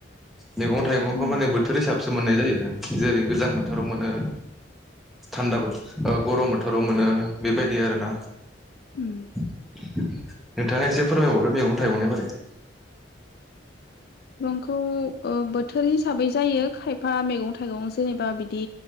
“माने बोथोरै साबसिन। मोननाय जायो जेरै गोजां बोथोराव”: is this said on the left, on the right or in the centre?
Centre